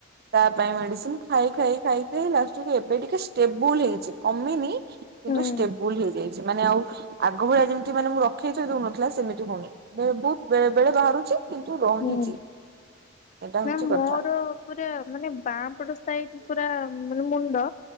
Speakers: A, on the right; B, on the left.
A: ତା ପାଇଁ ମେଡିସିନ ଖାଇ ଖାଇ ଖାଇ ଖାଇ ଲାଷ୍ଟକୁ ଏବେ ଟିକେ ଷ୍ଟେବୁଲ ହେଇଛି କମିନି। କିନ୍ତୁ
B: ହୁଁ
A: ଷ୍ଟେବୁଲ ହେଇଯାଇଛି ମାନେ ଆଉ ଆଗ ଭଳିଆ ଯେମିତି ମାନେ ମୁଁ ରଖି ଥୋଇ ଦଉନଥିଲା ସେମିତି ହଉନି ବହୁତ ବଳେ ବାହାରୁଛି। କିନ୍ତୁ ରହିଛି
B: ହୁଁ।
A: ଏଇଟା
B: ନା
A: ହଉଛି
B: ମୋର
A: କଥା।
B: ପୁରା ମାନେ ବାଁପଟ ସାଇଡ ପୁରା ମାନେ ମୁଣ୍ଡ